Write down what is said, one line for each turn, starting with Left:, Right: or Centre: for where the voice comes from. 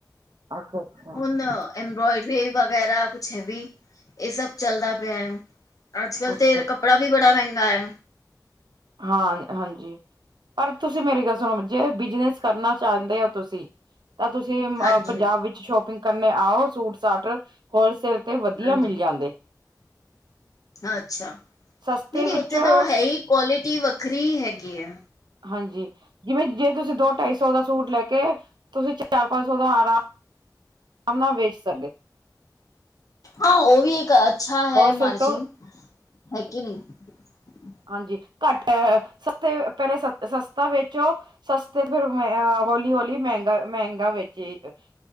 Right: ਅੱਛਾ-ਅੱਛਾ,
Left: ਹੁਣ ਐਮਬਰੋਇ ਵਗੈਰਾ ਕੁਛ ਹੈ ਵੀ ਇਹ ਸਭ ਚਲਦਾ ਪਿਆ ਹੈ ਅੱਜ ਕਲ੍ਹ
Right: ਅੱਛਾ
Left: ਤੇ ਕੱਪੜਾ ਵੀ ਬੜਾ ਮਹਿੰਗਾ ਹੈ
Right: ਹਾਂ ਹਾਂਜੀ ਪਰ ਤੁਸੀਂ ਮੇਰੀ ਗੱਲ ਸੁਣੋ ਜੇ ਬਿਜਨਸ ਕਰਨਾ ਚਾਹੁੰਦੇ ਹੋ ਤੁਸੀਂ ਤਾਂ ਤੁਸੀਂ
Left: ਹਾਂਜੀ
Right: ਪੰਜਾਬ ਵਿੱਚ ਸ਼ੋਪਿੰਗ ਕਰਨੇ ਆਓ ਸੂਟ ਸਾਟ ਹੋਲਸੇਲ ਤੇ ਵਧੀਆ
Left: ਹਾਂਜੀ
Right: ਮਿਲ ਜਾਂਦੇ
Left: ਅੱਛਾ ਨਹੀਂ
Right: ਸਸਤੇ
Left: ਨਹੀਂ
Right: ਵਿੱਚੋਂ
Left: ਉੱਥੇ ਤਾਂ ਹੈ ਹੀ ਕੁਆਲਿਟੀ ਵੱਖਰੀ ਹੈਗੀ ਆ
Right: ਹਾਂਜੀ ਜਿਵੇਂ ਜੇ ਤੁਸੀਂ ਦੋ ਢਾਈ ਸੌ ਦਾ ਸੂਟ ਲੈ ਕੇ ਤੁਸੀਂ ਚਾਰ ਪੰਜ ਸੌ ਦਾ ਆਰਾ ਨਾ ਵੇਚ ਸਕਦੇ
Left: ਹਾਂ ਉਹ ਵੀ ਇੱਕ ਅੱਛਾ ਹੈ
Right: ਹੋਲਸੇਲ
Left: ਮਾਰਜਿਨ
Right: ਤੋਂ
Left: ਹੈ ਕਿ ਨਹੀ ਹੂੰ।
Right: ਹਾਂਜੀ, ਘੱਟ ਅਅਅ ਸਸਤੇ ਪਹਿਲੇ ਸਸਤਾ ਵੇਚੋ ਸਸਤੇ ਫੇਰ ਇਅਅ ਹੋਲੀ ਹੌਲੀ ਮਹਿੰਗਾ ਮਹਿੰਗਾ ਵੇਚੇ ਈ ਅ